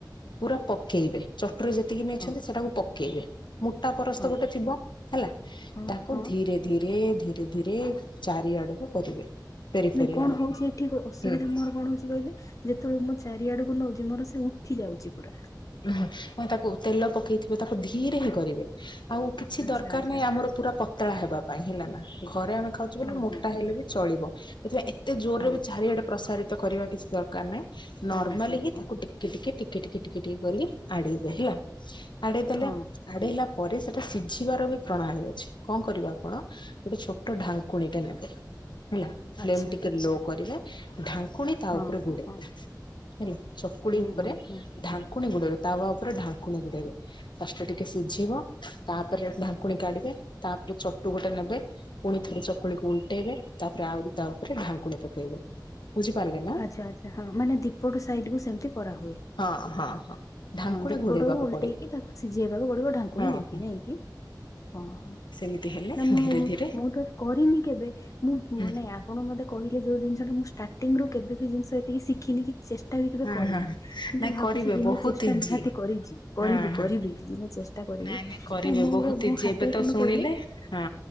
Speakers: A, on the left; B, on the left.
A: ପୁରା ପକେଇବେ ଚଟୁରରେ ଯେତିକି ନେଇଛନ୍ତି
B: ହଁ
A: ସେଟାକୁ ପକେଇବେ। ମୋଟା ପରସ୍ତ
B: ହଁ
A: ଗୋଟେ ଥିବ ହେଲା,
B: ହଁ
A: ତାକୁ
B: ହଁ।
A: ଧୀରେ ଧୀରେ ଧୀରେ ଧୀରେ ଚାରିଆଡକୁ କରିବେ। ପେରି ପେରି
B: ନାଇଁ କଣ
A: ଆଡକୁ
B: ହଉଛି ଏଠି
A: ହୁଁ
B: ଅସୁବିଧା
A: ହୁଁ
B: ମୋର କଣ ହଉଛି କହିଲେ, ଯେତେବେଳେ ମୁଁ ଚାରିଆଡକୁ ନଉଛି ମୋର ସେ ଉଠି ଯାଉଛି ପୁରା।
A: ଉଁହୁଁ ତାକୁ ତେଲ ପକେଇଥିବେ ତାକୁ ଧୀରେ ହିଁ କରିବେ। ଆଉ କିଛି
B: ଆଚ୍ଛା
A: ଦରକାର
B: ଆଚ୍ଛା
A: ନାହିଁ ଆମର ପୁରା ପତଳା ହେବା ପାଇଁ ହେଲା ନା, ଘରେ ଆମେ ଖାଉ ଜୀବନ
B: ହଁ
A: ମୋଟା
B: ହଁ ହଁ
A: ହେଲେ ବି ଚଳିବ। ସେଥିପାଇଁ ଏତେ ଜୋରରେ
B: ହଁ
A: ବି ଚାରିଆଡେ ପ୍ରସାରିତ କରିବା କିଛି ଦର <unintelligible> ନର୍ମାଲି
B: ହଁ ହଁ
A: ହି
B: ହଁ
A: ତାକୁ ଟିକେ ଟିକେ ଟିକେ ଟିକେ ଟିକେ ଟିକେ କରିକି ଆଡେଇବେ ହେଲା। ଆଡେଇ ଦେଲ।
B: ହଁ
A: ଆଡେଇଲା ପରେ ସେଟା ସିଝିବାର ବି ପ୍ରଣାଳୀ ଅଛି, କଣ କରିବ ଆପଣ ଗୋଟେ ଛୋଟ ଢାକୁଣିଟା ନେବେ। ହେଲା ଫ୍ଲେମ
B: ଆଚ୍ଛା।
A: ଟିକେ ଲୋ କରିବେ, ଢାଙ୍କୁଣୀ ତା
B: ହଁ
A: ଉପରେ
B: ହଁ
A: ଗୋଡେଇବେ।
B: ହଁ
A: ହେଲା ଚକୁଡି
B: ହୁଁ
A: ଉପରେ
B: ହୁଁ ହୁଁ
A: ଢାଙ୍କୁଣୀ ଗୁଡେଇବେ, ତାୱ ଉପରେ ଢାଙ୍କୁଣୀ ଗୁଡେଇବେ। ଫଷ୍ଟା ଟିକେ ସିଝିବ ତାପରେ ଢାଙ୍କୁଣି କାଢିବେ, ତାପରେ ଚଟୁ ଗୋଟେ ନେବେ। ପୁଣି ଥରେ ଚକୁଳିକୁ ଉଲଟେଇବେ ତାପରେ ଆହୁରି ତା ଉପରେ ଢାଙ୍କୁଣୀ ପକେଇବେ। ବୁଝିପାରିଲେ ନା?
B: ଆଚ୍ଛା ଆଚ୍ଛା ହଁ ମାନେ ଦୀପଟ ସାଇଟି ସେମିତି କରାହୁଏ।
A: ହଁ ହଁ ହଁ। ଢାଙ୍କୁଣୀ
B: ହଁ ଦୀପଟାକୁ
A: ଘୋଡେଇବାକୁ
B: ଓଲଟେଇକି
A: ପଡିବ।
B: ତାକୁ ସିଝେଇବାକୁ ପଡିବ ଢାଙ୍କୁଣୀ
A: ହଁ
B: ଦେଇକି,
A: ହଁ।
B: ନେଇକି। <unintelligible>
A: ସେମିତି ହେଲେ
B: ନା <unintelligible>
A: ଧୀରେ ଧୀରେ
B: ମୁଁ ତ କରିନି କେବେ। ମୁଁ
A: ହୁଁ
B: ମାନେ ଆପଣ ମତେ କହିଲେ ଯୋଉ ଜିନିଷ ଟା ମୁଁ ଷ୍ଟାର୍ଟିଂ ରୁ କେବେ ବିି ଜିନିଷ ଏତିକି ଶିଖିନି କି ଚେଷ୍ଟା ବି କେବେ
A: ହଁ
B: କରିନି।
A: ହଁ
B: କିନ୍ତୁ
A: ନାଇଁ
B: ଭାବୁଛି
A: କରିବେ
B: ଦିନେ
A: ବହୁତ
B: ଚେଷ୍ଟା
A: ଇଜି
B: ନିହାତି କରିଛି, କରିବି
A: ହଁ ହଁ।
B: କରିବି ଦିନେ ଚେ ଚେ କରିବି।
A: ନାଇଁ କରିବେ
B: ନାଇଁ ମୋର
A: ବହୁତ
B: ମୋ
A: ଇଜି
B: ହାତରେ
A: ଏବେ ତ
B: କଣ
A: ଶୁଣିଲେ
B: କହିଲେ।
A: ହଁ